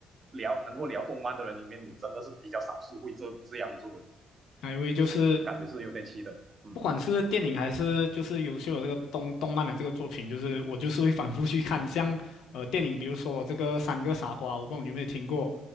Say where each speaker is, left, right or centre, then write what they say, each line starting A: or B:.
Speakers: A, on the right; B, on the left.
A: 聊能够聊动漫的人里面，你真的是比较少数会这这样做的，
B: 啊，因为就是
A: 感觉是有点气的。嗯，
B: 不管是电影还是就是优秀的这个动动漫的这个作品，就是我就是会反复去看。像呃电影，比如说这个《三个傻瓜》，我不知道你有没有听过